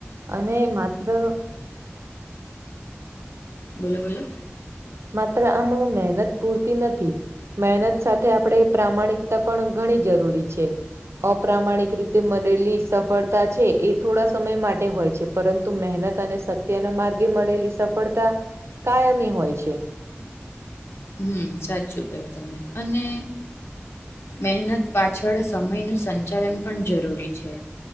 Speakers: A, on the right; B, on the left.
A: અને માત્ર.
B: બોલો બોલો.
A: માત્ર આમાં મહેનત પૂરતી નથી. મહેનત સાથે આપણે પ્રામાણિકતા પણ ઘણી જરૂરી છે. અપમાણીક રીતે મળનેલી સફળતાછે એ થોડા સમય માટે હોય છે. પરંતુ મહેનત અને સત્યના માર્ગે મળેલી સફળતા કાયમી હોય છે. <inaudible>
B: હ સાચું કહ્યું તમે અને, મહેનત પાછળ સમયનું સંચાલન પણ જરૂરી છે.